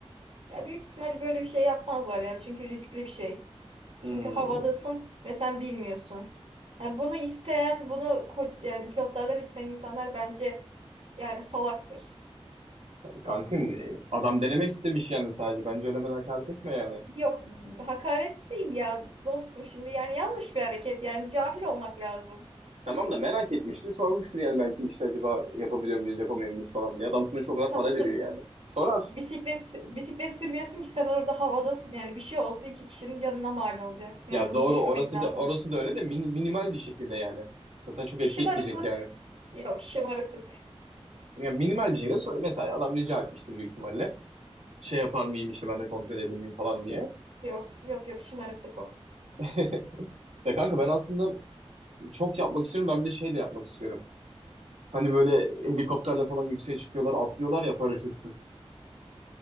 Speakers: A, on the right; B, on the right.
A: Ya büyük ihtimalle böyle bir şey yapmazlar ya çünkü riskli bir şey.
B: Hmm,
A: Çünkü havadasın ve sen bilmiyorsun. Yani bunu isteyen, bunu ho- yani pilotlardan isteyen insanlar bence yani salaktır.
B: kanka e, adam denemek istemiş yani sadece. Bence öyle hemen hakaret etme yani.
A: Yok, hakaret değil ya dostum şimdi yani yanlış bir hareket yani cahil olmak lazım.
B: Tamam da merak etmiştir. Sormuştur yani belki işte acaba yapabiliyor muyuz, yapamıyor muyuz falan diye. Adam sonuçta o kadar
A: Tamam
B: para veriyor
A: da
B: yani. Sorar.
A: bisiklet bisiklet sürmüyorsun ki sen orada havadasın yani bir şey olsa iki kişinin canına mal olacaksın
B: Ya
A: yani bunu
B: doğru
A: düşünmek
B: orası
A: lazım.
B: da orası da öyle de mini- minimal bir şekilde yani. Zaten çok etki
A: Şımarıklık.
B: etmeyecek yani.
A: Yok şımarıklık.
B: Yani minimal bir şekilde sor. Mesela adam rica etmiştir büyük ihtimalle. Şey yapar mıyım işte ben de kontrol edebilir miyim falan diye.
A: Yok yok yok şımarıklık yok.
B: <laughs> Ya kanka ben aslında Çok yapmak istiyorum. Ben bir de şey de yapmak istiyorum. Hani böyle helikopterle falan yükseğe çıkıyorlar, atlıyorlar ya paraşütsüz.